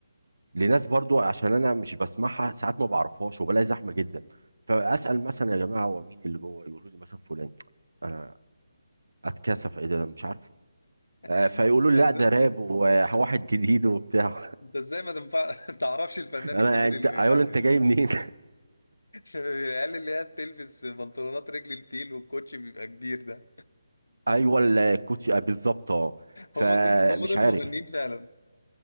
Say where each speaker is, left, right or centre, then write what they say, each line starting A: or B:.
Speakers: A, on the right; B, on the left.
A: لناس برضو عشان انا مش بسمعها ساعات ما بعرفهاش وبلاقي زحمه جدا فاسال مثلا يا جماعه هو مين اللي جوه يقولوا لي مثلا فلان انا اتكسف ايه ده أنا مش عارفه آه،
B: <laughs>
A: فيقولوا
B: انت
A: لي
B: ازاي
A: لا ده راب وواحد
B: انت
A: جديد وبتاع
B: إنت ازاي ما تنفع <laughs> تعرفش الفنان
A: <laughs> انا
B: الكبير
A: انت
B: اللي بيغني
A: هيقول انت جاي منين
B: العيال اللي هي بتلبس بنطلونات رجل الفيل والكوتش بيبقى كبير ده
A: <laughs> ايوه الكوتش آه، بالظبط اه فمش
B: هم دول هم دول
A: عارف
B: مغنيين فعلا